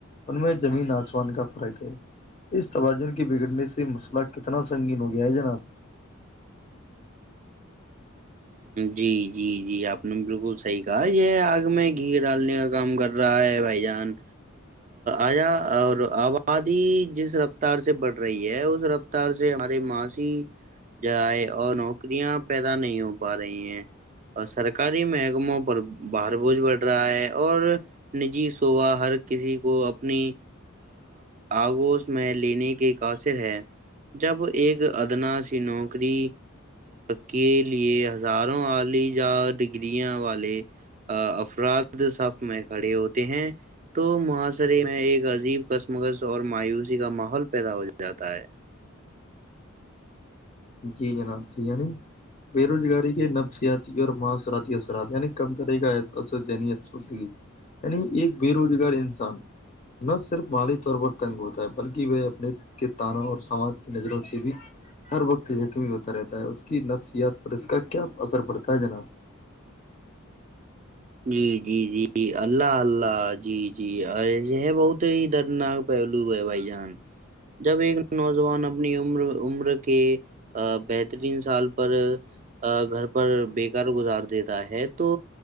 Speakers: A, on the left; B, on the right.
A: ان میں زمین آسمان کا فرق ہے اس توازن کی بگڑ نے سے مسئلہ کتنا سنگین ہو گیا ہے جناب
B: جی جی جی آپ نے بالکل صحیح کہا یہ آگ میں گھی ڈالنے کا کام کر رہا رائے بھائی جان آیا اور آبادی جس رفتار سے بڑھ رہی ہے اس رفت سے ہمارے ماشی جرائے اور نوکریاں پیدا نہیں ہو پا رہی ہیں اور سرکاری محکموں پر باہار بوجھ بڑھ رہا ہے اور نجی سوبا ہر کسی کو اپنی آگوش میں لینے کی قاصر ہے جب ایک ادنا سی نوکری کے لیے ہزاروں والی یا ڈگرییاں والے افراد سب میں کھڑے ہوتے ہیں تو معحاصرے میں ایک عجیب کس مگز اور مایوسی کا ماحول پیدا ہو جاتا ہے
A: جی جناب جییعنی بے روزگاری کے نفسیاتی اور معاثراتی اثرات یعنی کم کرے گا ہے جنی فگی نی ایک بے روزگار انسان نہ صرف مالی طور پر تنگ ہوتا ہے بلکہ وہ اپنے کے تانوں اور سماج کی نظروں سے بھی ہر وقت یقمی ہوتا رہتا ہے اس کی نفسیات پر اس کا کیا اثر پڑتا ہے جناب
B: جی جی جی اللہ اللہ جی جی ایسے ہے بہت ادرناک پہلو ہے بھائی جان جب ایک نوجوان اپنی عمر عمر کے بہترین سال پر گھر پر بیکار گزار دیتا ہے تو